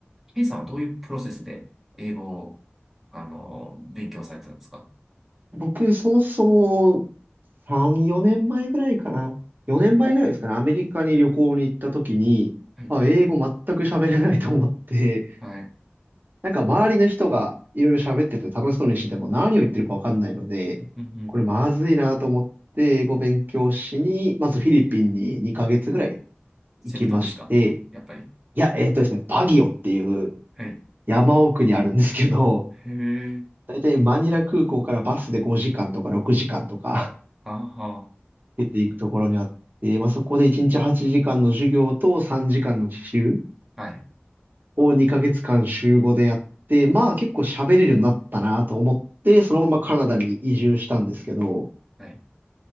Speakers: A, in the centre; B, on the right (about 50°).
A: ケさんはどういうプロセスで英語を、あの、勉強されてたんですか
B: 僕、そもそも3、4年前ぐらいかな。4年前ぐらいですかね。
A: うん、
B: アメリカに旅行に行った時に、
A: はい、
B: あ、英語全く喋れないと思って、
A: はい。
B: なんか周りの人がいろいろ喋ってて楽しそうにしてても何を言ってるかわかんないので、
A: うんうん。
B: これまずいなと思って英語勉強しに、まずフィリピンに2ヶ月ぐらい
A: セブ島ですかやっぱり。
B: 行きまして、いや、えっとですね、バギオっていう
A: はい。
B: 山奥にあるんですけど、
A: へえ。
B: だいたいマニラ空港からバスで5時間とか6時間とか
A: ああ、はあ
B: <laughs> 出ていくところにあって、
A: そうなん
B: まあ、そこで1日8時間の授業と3時間の実習
A: はい。
B: を2ヶ月間週5でやって、まあ結構喋れるようになったなと思って、そのままカナダに移住したんですけど、
A: はい。